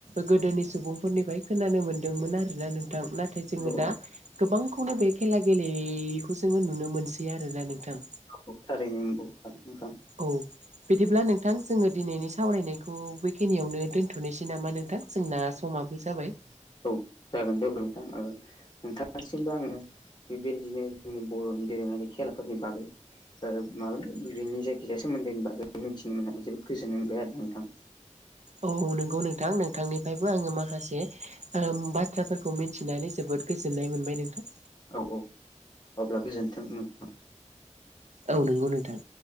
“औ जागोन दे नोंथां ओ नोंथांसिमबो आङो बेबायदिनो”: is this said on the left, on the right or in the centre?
Left